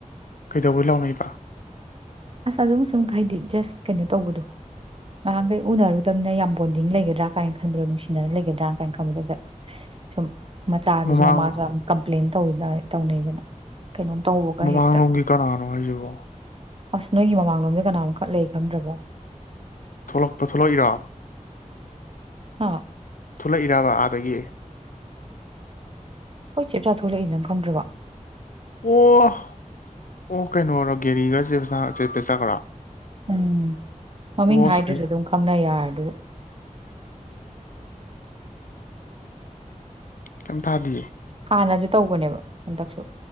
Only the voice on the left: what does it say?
ꯀꯩꯗꯧꯕꯋꯣꯏ ꯂꯥꯎꯅꯕ
ꯃꯃꯥꯡ
ꯃ
ꯃꯥꯟꯨꯒ ꯀꯔꯔꯣ ꯍꯥꯏꯌꯦꯕꯨꯣ
ꯊꯣꯛꯂꯛꯄ ꯊꯣꯛꯂꯛ ꯑꯒꯦꯔꯣ
ꯊꯣꯛꯂꯛꯏꯔꯕ ꯑꯥꯗꯒꯤ
ꯑꯣ ꯑꯣ ꯀꯩꯅꯣꯔꯣ ꯒꯦꯔꯤꯒꯁ ꯆꯦꯝꯆꯥ ꯒꯔꯣ
ꯑꯁ ꯑꯩ
ꯀꯌꯤꯝꯇꯥꯗꯤꯌꯦ